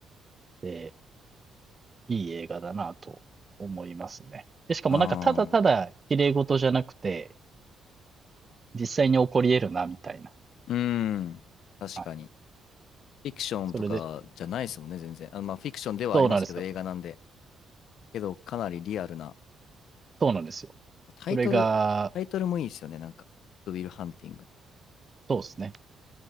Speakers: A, on the right; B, on the left.
A: で、いい映画だなと思いますね。で、しかもなんかただただ綺麗事じゃなくて、
B: ああ。
A: 実際に起こり得るなみたいな。
B: うーん。確かに。
A: はい。
B: フィクションとかじゃないですもんね、
A: それで、
B: 全然。あ、まあ、フィクションではありますけど、
A: そうなんですよ。
B: 映画なんで。けど、かなりリアルな。
A: そうなんですよ。
B: タイトル、
A: それが、
B: タイトルもいいですよね、なんか。グッドウィルハンティングって。
A: そうですね。